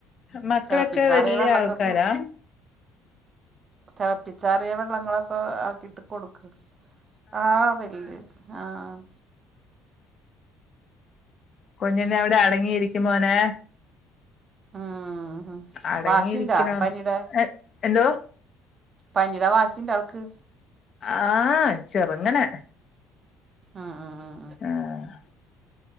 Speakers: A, on the left (about 50°); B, on the right (about 40°).
A: മക്കളൊക്കെ
B: തിളപ്പിച്ചാറിയ
A: വലിയ
B: വെള്ളമൊക്കെ
A: ആൾക്കാരാ
B: തിളപ്പിച്ചറിയ വെള്ളങ്ങളൊക്കെ ആക്കിട്ട് കൊടുക്ക് ആഹ് വല്യയ ആഹ്
A: കൊഞ്ഞിനെ അവിടെ അടങ്ങിയിരിക്കുമോനെ
B: ആഹാ
A: അടങ്ങിയിരിക്കണോന്ന്
B: വാശിണ്ടൊ പനീടെ
A: എന്തോ
B: പനീടെ വാശിണ്ട് വൾക്ക്
A: ആഹ് ചെറുങ്ങനെ
B: ആഹ് ആഹ് ആഹ്
A: ആഹ്